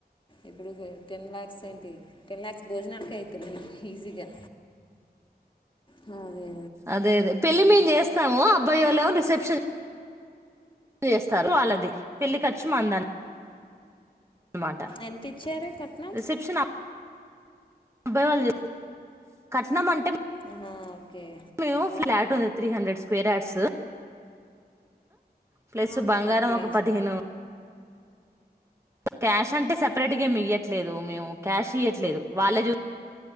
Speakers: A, on the left; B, on the right.
A: ఇప్పుడు టెన్ ల్యాక్స్ ఏంటి టెన్ ల్యాఖ్స్ భోజనాలకే ఐతుంది. ఈజీగా హా అదే
B: అదే అదే పెళ్లి మేము చేస్తాము అబ్బాయి వాళ్లేం రిసెప్షన్ చేస్తారు వాళ్ళది పెళ్లి ఖర్చు మందన్న అన్నమాట
A: ఎంతిచ్చారు కట్నం?
B: రిసెప్షన్ అబ్బాయి వాల్లే కట్నం అంటే
A: ఆహా! ఓకే
B: మేము ఫ్లాట్ ఉంది త్రీ హండ్రెడ్ స్కయర్యార్డ్స్ ప్లస్
A: ఆహా!
B: బంగారం
A: ఓకే.
B: ఒక పదిహేను క్యాష్ అంటే సపరేట్గా ఏమి ఇయ్యట్లేదు మేము క్యాష్ ఇయ్యట్లేదు వాళ్ళే